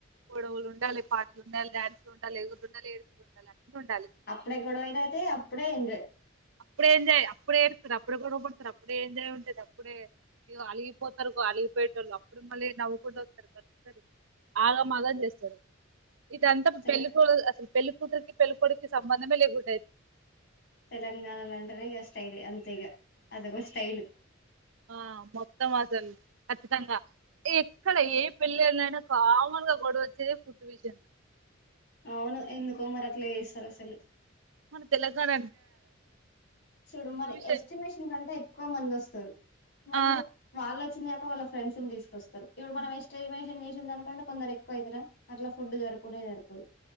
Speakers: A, on the right; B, on the left.
A: గొడవులు ఉండాలి పాటలు ఉండాలి డ్యాన్సులు ఉండాలి ఎగురుడుండాలి ఏడుపులు ఉండాలి అన్ని ఉండాలి
B: అప్పుడే గొడవలు అయితే అప్పుడే ఎంజాయ్
A: అప్పుడే ఎంజాయ్ అప్పుడే ఏడుత్తరు అప్పుడే గొడవపడతారు అప్పుడే ఎంజాయ్ ఉంటేది అప్పుడే ఇగ అలిగిపోతారు అలిగిపోయేట వాళ్ళు అప్పుడు మళ్ళీ నవ్వుకుంటూ వస్తారు కలుస్తారు ఆగమాగం చేస్తారు ఇదంతా
B: తెల
A: పెళ్ళికూ అసలు పెళ్లి కూతురికి పెళ్లికొడికి సంబధంలేకుండ్
B: తెలంగాణ అంటెనే ఇగ స్టైల్ అంతే ఇగ అదొక స్టైల్
A: ఆ మొత్తం అసలు ఖచ్చితంగా ఎక్కడ ఏ పెళ్ళనైనా కామ గా గొడవ వచ్చేదే ఫుడ్ విషయం ల
B: అవును ఎందుకుమరట్ల చేస్ రసలు
A: మన తెలంగాన
B: చెడు మరి
A: విషయం
B: ఎస్టిమేషన్ కంటే ఎక్ క్కువ మందొస్తరు వాళ్ళు
A: ఆ
B: వాళ్లొచ్చిందే గాక వాళ్ళ ఫెండ్స్ తీసుకొస్తా ఇప్పుడు మన
A: హ్మ్.
B: ఎశ్టిమేషన్ కంటే కొందరు ఎక్కువ అవుతుార అట్లా ఫుడ్ జరిపులే సరిపోదు